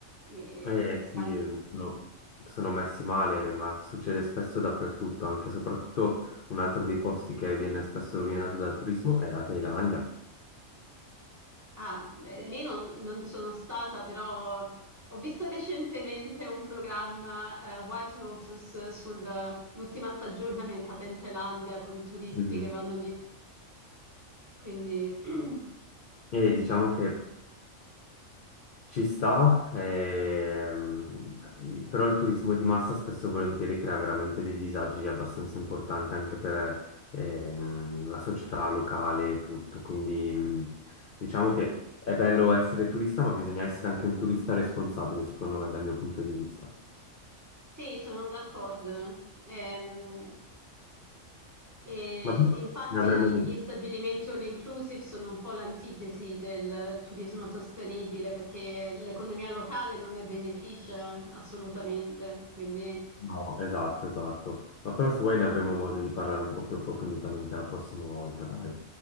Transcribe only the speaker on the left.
Eh, sì,
sono, sono messi male, ma succede spesso dappertutto, anche e soprattutto un altro dei posti che viene spesso rovinato dal turismo è la Thailandia.
Mhm.
E diciamo che ci sta, ehm, però il turismo di massa spesso e volentieri crea veramente dei disagi abbastanza importanti anche per ehm, la società locale e tutto. Quindi mh, diciamo che è bello essere turista, ma bisogna essere anche un turista responsabile, secondo me, dal mio punto di vista.
Ma
ne avremo...
No, esatto, esatto. Ma però se vuoi ne avremo modo di parlare un po' più approfonditamente la prossima volta, dai.